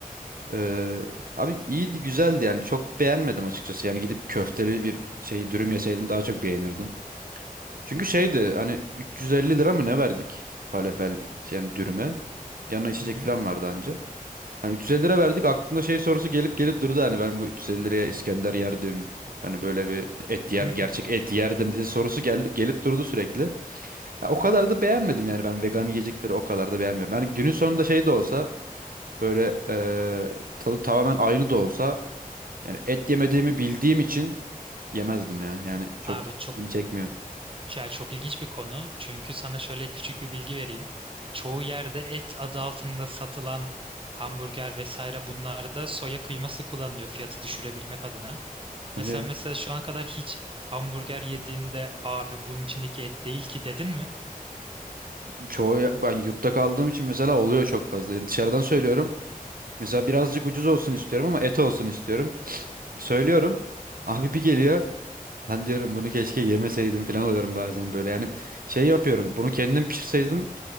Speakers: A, on the right; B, on the right.
A: Ee, abi iyiydi güzeldi yani çok beğenmedim açıkçası. Yani gidip köfteli bir şey dürüm yeseydim daha çok beğenirdim. Çünkü şeydi hani 350 lira mı ne verdik falafel yani dürüme. Yanına içecek
B: Hı hı.
A: falan vardı anca. Hani 350 lira verdik aklımda şey sorusu gelip gelip durdu hani ben bu 350 liraya İskender yerdim. Hani böyle bir et
B: <laughs>
A: yer gerçek et yerdim diye sorusu gelip gelip durdu sürekli. Ha, o kadar da beğenmedim yani ben vegan yiyecekleri o kadar da beğenmiyorum. Yani günün sonunda şey de olsa böyle eee, tadı tamamen aynı da olsa yani et yemediğimi bildiğim için yemezdim ya. Yani çok
B: Abi çok
A: ilgimi çekmiyor.
B: ya çok ilginç bir konu. Çünkü sana şöyle küçük bir bilgi vereyim. Çoğu yerde et adı altında satılan hamburger vesaire bunlarda soya kıyması kullanılıyor fiyatı düşürebilmek adına.
A: Hadi
B: Ve sen
A: ya.
B: mesela şu ana kadar hiç hamburger yediğinde abi bunun içindeki et değil ki dedin mi?
A: Çoğu ben yurtta kaldığım için mesela oluyor çok fazla. Yani dışarıdan söylüyorum. Mesela birazcık ucuz olsun istiyorum ama et olsun istiyorum. <sniffs> Söylüyorum. Abi bir geliyor. Lan diyorum bunu keşke yemeseydim falan oluyorum bazen böyle. Yani şey yapıyorum. Bunu kendim pişirseydim